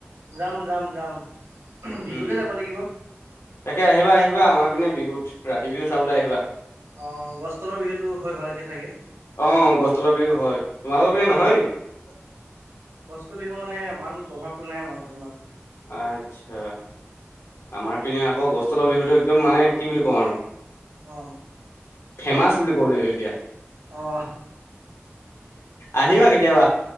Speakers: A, on the right (about 80°); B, on the left (about 70°).
A: যাম যাম যাম বিহুতে
B: উম
A: যাব লাগিব
B: তাকে আহিবা আহিবা আমাৰ পিনে বিহুত ৰাতি বিহু চাবলৈ আহিবা
A: অঁ গছ তলৰ বিহুটো হয় ভালকে চাগে
B: অ গছ তলৰ বিহু হয় তোমালোকৰ পনে নহয় নেকি
A: গছ তলৰ বিহু মানে ইমান প্ৰভাৱটো নাই আমাৰফালে ইমান
B: আচ্ছা আমাৰ পিনে আকৌ গছল তলৰ বিহুটো একদম মানে কি বুলি ক'ম আৰু
A: অ
B: ফেমাচ বুলি কব লাগিব এতিয়া
A: অ
B: আহিবা কেতিয়াবা